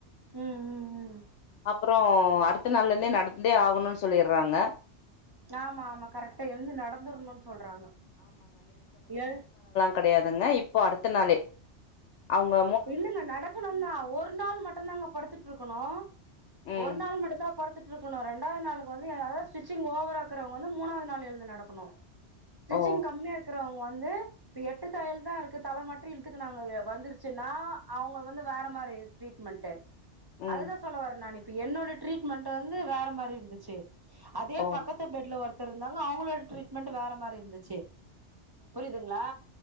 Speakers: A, on the right; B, on the left.
A: ம் ம் ம்
B: அப்புறே அடுத்த நாள்ல இருந்தே நடந்தே ஆகணும்ன்னு சொல்லிற்றாங்க
A: ஆமாம்மா கரெக்டா எழுந்து நடந்துர்ணும்ன்னு சொல்றாங்க ஏ
B: கெடயாதுங்க இப்போ அடுத்த நாளே அவுங்க
A: இல்லல்ல நடக்கணும் தா ஒரு நாள் மட்டுந்தாங்க படுத்துட்ருக்கணோ
B: ம்
A: ஒரு நாள் மட்டுந்தா படுத் இருக்கணும் ரெண்டாவது நாளுக்கு வந்து அதாவது ஸ்டிச்சிங் ஓவரா இருக்கறவங்க வந்து மூணாவது நாள் எழுந்து நடக்கணும் ஸ்டிச்சிங்
B: ஓ
A: கம்மியா இருக்கிறவங்க வந்து இப்ப எட்டு தையல் தா இருக்கு தலை மட்டும் இழுதுக்கு நாங்க வந்துருச் சின்னா அவுங்க வந்து வேற மாரி ட்ரீட்மெண்ட்டு
B: ம்
A: அதுதா சொல்ல வரெ நானு இப் இப்ப என்னோட ட்ரீட்மெண்ட் வந்து வேற மாரி இருந்துச்சு அதே
B: ஓ
A: பக்கத் து பெட்ல ஒருத்தர் இருந்தாங்க அவுங்களோட ட்ரீட்மெண்ட் வேற மாரி இருந்துச்சு புரியுதுங்களா